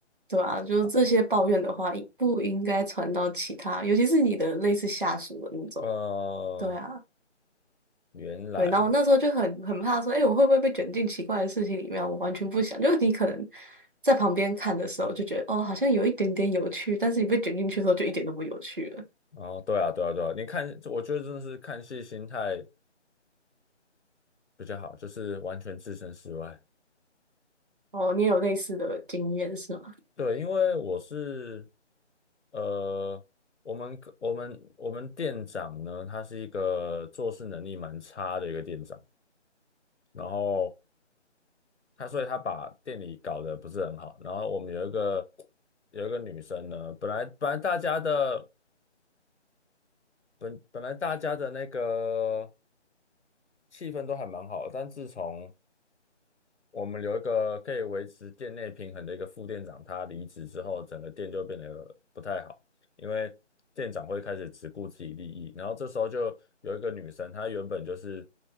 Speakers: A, on the right; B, on the left.
A: 对吧？
B: 好，
A: 就是这些抱怨的话，不应该传到其他，尤其是你的类似下属的那种。
B: 呃，
A: 对啊，
B: 原来，
A: 对，然后我那时候就很很怕说，哎、我会不会被卷进奇怪的事情里面啊我完全不想，就是你可能在旁边看的时候就觉得，哦，好像有一点点有趣，但是你被卷进去的时候就一点都不有趣了。
B: 哦，对啊，对啊，对啊，你看，我觉得真的是看戏心态比较好，就是完全置身事外。
A: 哦，你也有类似的经验是吗？
B: 对，因为我是呃，我们我们我们店长呢，他是一个做事能力蛮差的一个店长，然后他所以他把店里搞得不是很好，然后我们有一个有一个女生呢，本来本来大家的本本来大家的那个气氛都还蛮好，但自从我们有一个可以维持店内平衡的一个副店长，他离职之后，整个店就变得不太好，因为店长会开始只顾自己利益。然后这时候就有一个女生，她原本就是